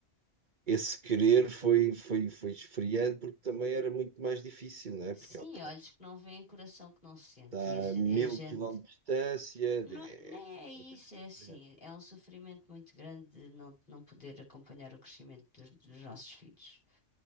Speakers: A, on the right; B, on the left.
A: esse querer foi, foi, foi esfriando, porque também era muito mais difícil, não é?
B: Sim,
A: Porque ela está,
B: olhos que não veem, coração que não sente.
A: está
B: E a, ge-
A: a mil
B: e a gente.
A: quilómetros de distância,
B: Não,
A: é
B: nem é isso,
A: completamente
B: é assim.
A: diferente.
B: É um sofrimento muito grande de não, não poder acompanhar o crescimento dos, dos nossos filhos.